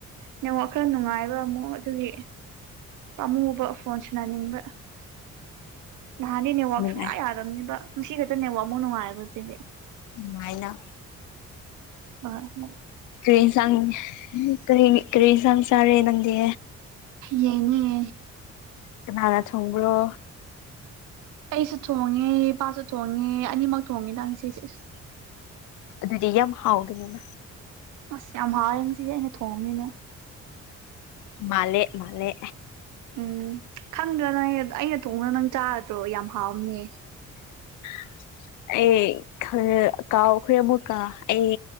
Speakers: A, on the right; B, on the left.
A: ꯅꯦꯉꯣ ꯈꯔ ꯅꯨꯡꯉꯥꯏꯕ ꯑꯃꯛ ꯑꯗꯨꯒꯤ ꯑꯃꯨꯕ ꯐꯣꯟꯁꯤꯅ ꯅꯤꯡꯕ ꯅꯍꯥꯟꯗꯤ ꯅꯦꯠꯋꯥꯛ
B: ꯅꯨꯡꯉꯥꯏ
A: ꯁꯨꯡꯌꯥ ꯌꯥꯗꯔꯕꯅꯤꯕ ꯉꯁꯤ ꯈꯛꯇ ꯅꯦꯠꯋꯥꯛꯐꯨꯛ ꯅꯨꯡꯉꯥꯏꯕ ꯑꯗꯨꯗꯤ
B: ꯎꯥꯏꯅ
A: ꯍ
B: ꯀꯔꯤꯁꯥꯡ ꯀꯔꯤ ꯀꯔꯤꯁꯥꯡ ꯆꯔꯦ ꯅꯪꯗꯤ
A: ꯌꯦꯡꯅꯦ
B: ꯀꯅꯥꯅ ꯊꯣꯡꯕꯔꯣ
A: ꯑꯩꯁꯨ ꯊꯣꯡꯉꯦ ꯏꯄꯥꯁꯨ ꯊꯣꯡꯉꯦ ꯑꯅꯤꯃꯛ ꯊꯣꯡꯉꯦꯗ ꯉꯁꯤꯁꯦ ꯏꯁ
B: ꯑꯗꯨꯗꯤ ꯌꯥꯝ ꯍꯥꯎꯒꯅꯤꯅ
A: ꯑꯁ ꯌꯥꯝ ꯍꯥꯏꯁꯤꯗꯤ ꯑꯩꯅ ꯊꯣꯡꯑꯝꯅꯤꯅ
B: ꯃꯥꯂꯦ ꯃꯥꯂꯦ
A: ꯎꯝ ꯈꯪꯗ꯭ꯔꯥ ꯅꯪ ꯑꯩꯅ ꯊꯣꯡꯕꯗꯣ ꯅꯪ ꯆꯥꯔꯗ꯭ꯔꯣ ꯌꯥꯝ ꯍꯥꯎꯝꯅꯦ
B: <inaudible> ꯑꯦ ꯈꯔ ꯀꯥꯎ ꯈꯔꯦ ꯑꯃꯨꯛꯀ ꯑꯩ